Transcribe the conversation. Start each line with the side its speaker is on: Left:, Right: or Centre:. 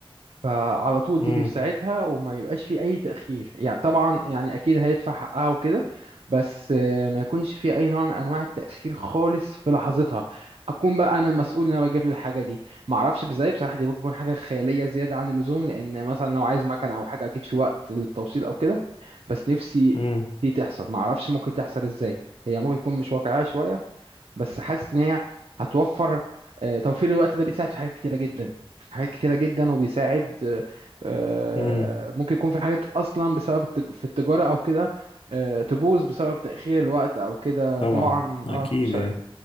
Right: فعلى طول
Left: مم.
Right: تيجي في ساعتها وما يبقاش في اي تأخير يعني طبعا يعني اكيد هيدفع حقها وكده بس آه، ما يكونش في اي نوع من انواع التأخير خالص في لحظتها اكون بقى انا المسؤول ان انا بجيب له الحاجه دي ما اعرفش ازاي بصراحه دي ممكن تكون حاجه خياليه زياده عن اللزوم لان مثلا لو عايز مكنه او حاجه اكيد في وقت للتوصيل او كده بس نفسي
Left: مم.
Right: دي تحصل ما اعرفش ممكن تحصل ازاي هي ممكن تكون مش واقعيه شويه بس حاسس ان هي هتوفر آه، توفير الوقت ده بيساعد في حاجات كتيره جدا في حاجات كتيره جدا وبيساعد آه، آه،
Left: مم.
Right: ممكن يكون في حاجات اصلا بسبب التج- في التجاره او كده آه، تبوظ بسبب تاخير الوقت او كده
Left: طبعا
Right: طبعا
Left: اكيد
Right: اه مش
Left: يعني
Right: عارف-